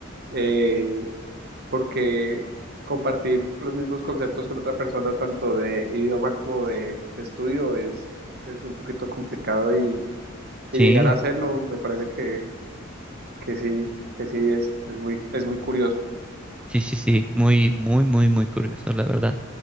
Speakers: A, on the right; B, in the centre.
A: Eh, porque compartir los mismos conceptos con otra persona, tanto de idioma como de, de estudio, es, es un poquito complicado y, y
B: Sí,
A: llegar a hacerlo me parece que, que sí, que sí es, es muy, es muy curioso.
B: sí, sí, sí, muy, muy, muy, muy curioso, la verdad.